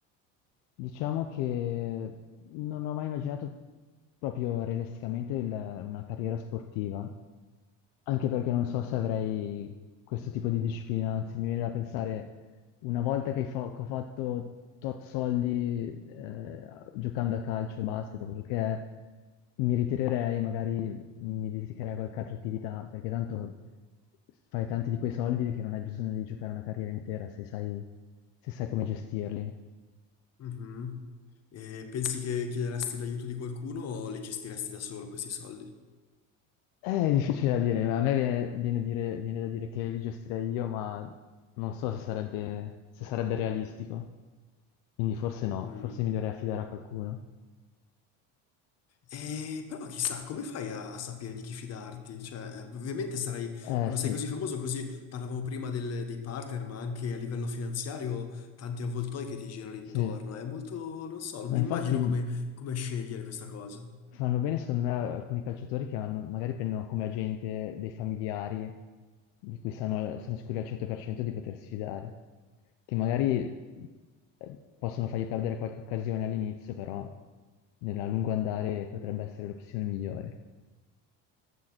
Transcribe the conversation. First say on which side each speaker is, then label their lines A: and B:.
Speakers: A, on the left; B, on the left.
A: Diciamo che non ho mai immaginato proprio realisticamente il- una carriera sportiva, anche perché non so se avrei questo tipo di disciplina, anzi mi viene da pensare, una volta che, fo- che ho fatto tot soldi eh, giocando a calcio, basket, o quello che è, mi ritirerei, magari mi dedicherei a qualche altra attività, perché tanto fai tanti di quei soldi che non hai bisogno di giocare una carriera intera se sai se sai come gestirli.
B: Mhm. E pensi che chiederesti l'aiuto di qualcuno o li gestiresti da solo questi soldi?
A: Eh, È difficile da dire, ma a me viene, viene dire- viene da dire che li gestirei io, ma non so se sarebbe, se sarebbe realistico. Quindi forse no,
B: Mm.
A: forse mi dovrei affidare a qualcuno.
B: Eh, però chissà, come fai a, a sapere di chi fidarti? Cioè, eh, ovviamente sarai,
A: Eh
B: quando
A: sì,
B: sei così famoso, così parlavamo prima del- dei partner, ma anche a livello finanziario, tanti avvoltoi che ti girano intorno.
A: sì.
B: È molto, non so, non
A: Ma
B: mi
A: infatti
B: immagino come, come scegliere questa cosa.
A: Fanno bene, secondo me, alcuni calciatori che hanno, magari prendono come agente dei familiari di cui sanno- sono sicuri al 100% di potersi fidare, che magari eh, possono fargli perdere qualche occasione all'inizio, però nel lungo andare potrebbe essere l'opzione migliore.